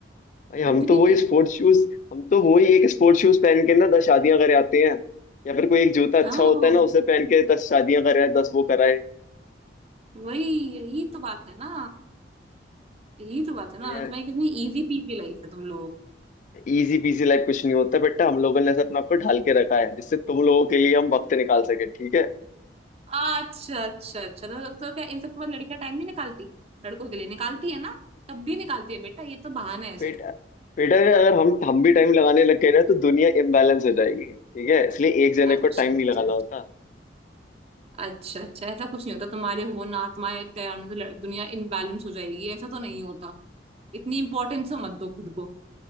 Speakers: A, on the left (about 45°); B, on the right (about 35°).
A: भाई हम
B: जिंदगी
A: तो वही
B: में
A: स्पोर्ट्स शूज हम तो वही एक स्पोर्ट्स शूज पहन के ना दस शादियां करे आते हैं या फिर कोई एक जूता अच्छा
B: हाँ
A: होता है ना उसे पहन के दस शादियां कराए दस वो कराए
B: वही यही तो बात है ना यही तो बात है ना
A: यार
B: तुम्हारी कितनी इजी पीजी लाइफ है तुम लोगों
A: इजी पीजी लाइफ कुछ नहीं होता बेटा हम लोगों ने ऐसे अपने आप को ढाल के रखा है जिससे तुम लोगों के लिए हम वक्त निकाल सके ठीक है
B: अच्छा अच्छा अच्छा तो, तो क्या इन सब के बाद लड़कियां टाइम नहीं निकालती लड़कों के लिए निकालती है ना तब भी निकालती है बेटा ये तो बहाना है सिर्फ
A: बेटा बेटा अगर हम हम भी टाइम लगाने लग गए ना तो दुनिया इम्बैलेंस हो जाएगी ठीक है इसलिए एक जने
B: अच्छा
A: को टाइम
B: अच्छा
A: नहीं लगाना होता
B: अच्छा अच्छा ऐसा कुछ नहीं होता तुम्हारे हो ना तुम्हारे तैयार होने से लड़- दुनिया इनबैलेंस हो जाएगी ऐसा तो नहीं होता इतनी इंपॉर्टेंस मत दो खुद को